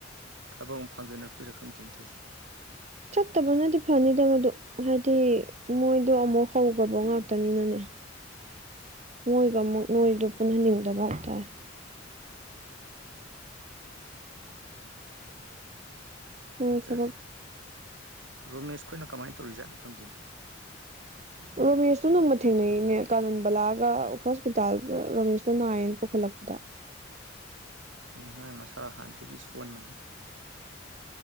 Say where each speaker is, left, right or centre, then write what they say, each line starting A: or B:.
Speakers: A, on the right (about 70°); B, on the right (about 35°).
A: ꯊꯕꯛ ꯐꯥꯡꯖꯟꯅꯔꯛꯇꯣꯏꯔ ꯈꯪꯗꯦꯅ‌ꯦ ꯇꯣꯏꯁꯦ
B: ꯆꯠꯇꯕꯅꯗꯤ ꯐꯅꯤꯗ ꯃꯗꯨ ꯍꯥꯏꯗꯤ ꯃꯣꯏꯗꯣ ꯑꯃꯨꯛ ꯍꯧꯈ꯭ꯔꯕ ꯉꯥꯛꯇꯅꯤꯅꯅꯦ ꯃꯣꯏꯒ ꯑꯃꯨꯛ ꯅꯣꯏꯗꯣ ꯄꯨꯟꯍꯟꯅꯤꯡꯗꯕ ꯍꯥꯏꯇꯥꯔꯦ ꯃꯣꯏ
A: ꯅꯗ꯭ꯔꯦ
B: ꯊꯕꯛ
A: <unintelligible> ꯔꯣꯃꯦꯁ ꯈꯣꯏꯅ ꯀꯃꯥꯏꯅ ꯇꯧꯔꯤꯖꯥꯠꯅꯣ ꯈꯪꯗꯦꯅꯦ
B: ꯎ <unintelligible> ꯔꯣꯃꯦꯁꯇꯣ ꯅꫭꯡꯃ ꯊꯦꯡꯅꯩꯅꯦ ꯀꯥꯅꯟꯕꯂꯥꯒ ꯍꯣꯁꯄꯤꯇꯥꯜꯗ ꯔꯣꯃꯦꯁꯇꯣ ꯅꯥꯏꯌꯦꯅ ꯄꯨꯈꯠꯂꯛꯄꯗ
A: ꯎꯝ ꯃꯥꯏ ꯃꯁꯥ ꯍꯥꯟꯅꯗꯒꯤ ꯁꯣꯟꯕꯅꯤ